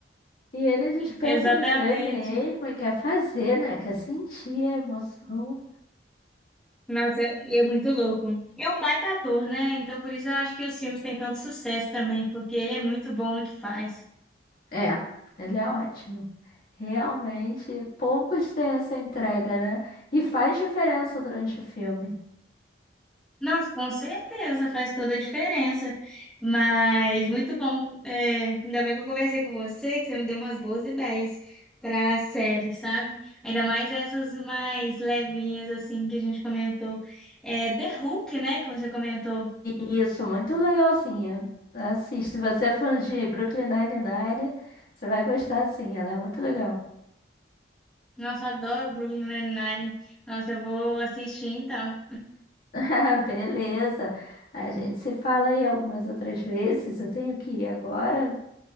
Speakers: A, on the left; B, in the centre.
A: E ele dispensa
B: Exatamente.
A: o dublê mesmo e quer fazer, né? Quer sentir a emoção.
B: Nossa, é é muito louco. É um baita ator, né? Então por isso eu acho que os filmes têm tanto sucesso também, porque ele é muito bom no que faz.
A: É, ele é ótimo. Realmente, poucos têm essa entrega, né? E faz diferença durante o filme.
B: Nossa, com certeza, faz toda a diferença. Mas muito bom. É, ainda bem que eu conversei com você, que você me deu umas boas ideias para série, sabe? Ainda mais essas mais levinhas, assim, que a gente comentou. É, The Hulk, né? Que você comentou.
A: Isso, muito legalzinha. Assiste, se você é fã de Brooklyn Nine-Nine, você vai gostar sim, ela é muito legal.
B: Nossa, eu adoro Brooklyn Nine-Nine. Nossa, eu vou assistir então.
A: <laughs> Beleza, a gente se fala aí algumas outras vezes, eu tenho que ir agora,